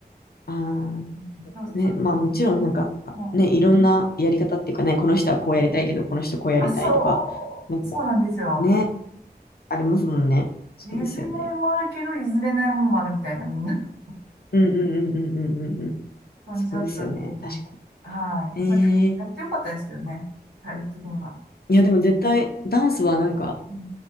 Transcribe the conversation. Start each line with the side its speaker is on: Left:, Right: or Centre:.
Left: あ
Right: うんだからちょっと、
Left: ーね、まあもちろんなんかね、
Right: も
Left: いろんなやり方っていうかね、この人はこうやりたいけど、
Right: う、
Left: この人こうやりたいとか、
Right: あ、そう、
Left: なんか
Right: そうなんですよ。
Left: ね、ありますもんね。そうですよね。
Right: 譲れないもあるけど、譲れないものもあるみたいな、みんな。
Left: うんうんうんうんうんうんうん。
Right: 感じだったんで、
Left: そうですよね。確か
Right: はい。
Left: に。
Right: まあ、でもやってよかったですけどね、
Left: えー
Right: 最終的には。
Left: いやでも絶対ダンスはなんか、
Right: うん